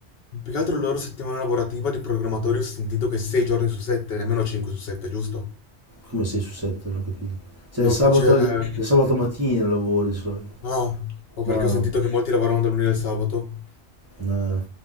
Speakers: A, on the left; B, on the right.
A: Più che altro la loro settimana lavorativa di programmatori ho sentito che 6 giorni su 7, nemmeno 5 su 7, giusto?
B: Come sei su 7, non ho capito. Cioè
A: No,
B: il sabato,
A: cioè,
B: il sabato mattina lavori di solito,
A: no, o perché
B: ma
A: ho sentito che molti lavoravano da lunedì al sabato.
B: Ma,